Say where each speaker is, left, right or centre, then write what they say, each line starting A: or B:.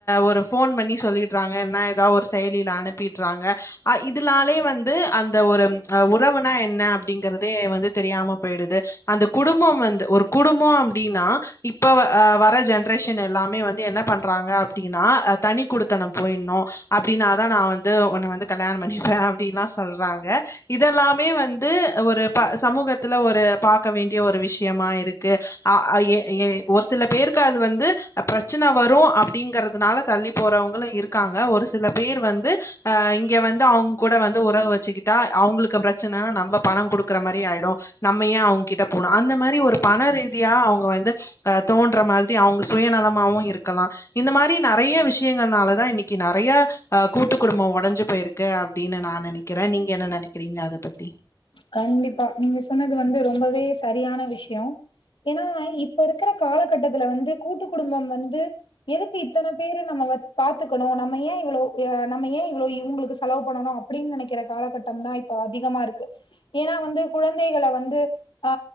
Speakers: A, on the left (about 35°); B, on the left (about 70°).
A: ஒரு ஃபோன் பண்ணி சொல்லிடுராங்க இல்னா எதா ஒரு செயலில அனுப்பிடுறாங்க ஆ இதுலாலே வந்து அந்த ஒரு உறவுனா என்ன அப்டிங்கறதே வந்து தெரியாம போயிடுது அந்த குடும்பம் வந்து ஒரு குடும்போம் அப்டின்னா இப்ப அ வர ஜென்ரேஷன் எல்லாமே வந்து என்னப் பண்றாங்க அப்டின்னா தனி குடுத் த்தனம் போயினு அப்டின்னாதா நா வந்து உன்ன வந்து கல்யாணம் பண்ணிப்பே அப்டிலா சொல்றாங்க இதெல்லாமே வந்து ஒரு ப சமூகத்துல ஒரு பாக்க வேண்டிய ஒரு விஷ்யமா இருக்கு ஆ எ ஏ ஒரு சில பேருக்கு அது வந்து பிரச்சன வரு அப்டிங்கறதுனால தள்ளி போறவங் இருக்காங்க ஒரு சில பேரு வந்து அ இங்க வந்து அவங் கூட வந்து உறவு வச்சுக்கிட் ட்டா அவுங்குளுக்கு பிரச்சன நம்ம பணம் குடுக்குற மாரி ஆயிடு நம்ம ஏ அவுங்கிட்ட போனு அந்த மாரி ஒரு பண ரீதியா அவுங்க வந்து அ தோன்ற மாதிரி அவுங்க சுயநலமாவு இருக்கலா இந்த மாரி நெறைய விஷயங்கள் னால தா இன்னிக்கு நெறைய அ கூட்டு குடும்போ உடஞ்சு போயிருக்கு அப்டின்னு நா நெனைக்கிறே நீங்க என்ன நெனைக்கிறீங்க அத பத்தி
B: கண்டிப்பா நீங்க சொன்னது வந்து ரொம்பவே சரியான விஷ்யோ ஏன்னா இப்ப இருக்குற காலகட்டத்துல வந்து கூட்டு குடும்பம் வந்து எதுக்கு இத்தன பேரு நம்மள பாத்துக்கணு நம்ம ஏ இவ்ளோ நம்ம ஏ இவ்ளோ இவுங்களுக்கு செலவு பண்ணணு அப்டின் நெனைக்கிற காலகட்டம்தா இப்போ அதிகமாருக்கு ஏன்னா வந்து கொழந்தைகள வந்து அ